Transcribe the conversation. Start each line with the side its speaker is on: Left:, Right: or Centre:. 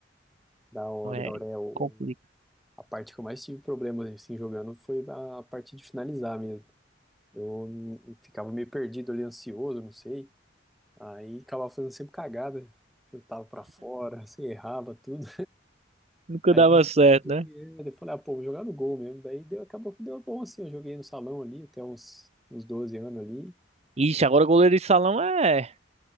Centre: Da hora,
Right: É,
Centre: da hora. É, o,
Right: complica.
Centre: a parte que eu mais tive problemas, assim, jogando foi a parte de finalizar mesmo. Eu n- ficava meio perdido ali, ansioso, não sei. Aí acabava fazendo sempre cagada. Chutava pra fora, assim, errava tudo.
Right: Nunca
Centre: Aí
Right: dava
Centre: me frustrou
Right: certo, né?
Centre: e aí eu falei, ah, pô, vou jogar no gol mesmo. Daí deu, acabou que deu bom, assim. Eu joguei no salão ali até uns, uns doze anos ali.
Right: Ixi, agora goleiro de salão é,